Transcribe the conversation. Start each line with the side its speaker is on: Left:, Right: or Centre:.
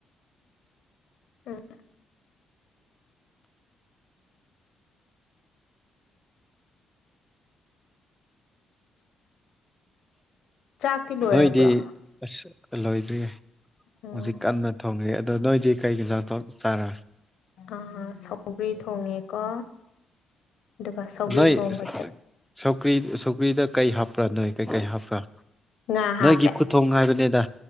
Left: ꯑ꯫ ꯆꯥꯛꯇꯤ ꯂꯣꯏꯔꯕ꯭ꯔꯣ
Centre: ꯅꯣꯏꯗꯤ ꯑꯁ ꯂꯣꯏꯗ꯭ꯔꯤꯌꯦ
Left: ꯎꯝ
Centre: ꯍꯧꯖꯤꯛ ꯀꯟꯅ ꯊꯣꯡꯉꯤ ꯑꯗꯣ ꯅꯣꯏꯗꯤ ꯀꯩ ꯏꯟꯖꯥꯡ ꯊꯣꯡ ꯆꯥꯔꯦ꯫
Left: ꯑ ꯁꯧꯒ꯭ꯔꯤ ꯊꯣꯡꯉꯦꯀꯣ꯫ ꯑꯗꯨꯒ ꯁꯧꯒ꯭ꯔꯤ
Centre: ꯅꯣꯏ
Left: ꯊꯣꯡꯕ ꯆꯠ
Centre: <inaudible> ꯁꯧꯒ꯭ꯔꯤ ꯁꯧꯒ꯭ꯔꯤꯗ꯫ ꯀꯩ ꯍꯥꯞꯄ꯭ꯔꯥ ꯅꯣꯏ ꯀꯩꯀꯩ ꯍꯥꯞꯄ꯭ꯔꯥ
Left: ꯉꯥ
Centre: ꯅꯣꯏꯒꯤ
Left: ꯍꯥꯞꯄꯦ
Centre: ꯈꯨꯠ ꯊꯣꯡ ꯍꯥꯏꯕꯅꯤꯗ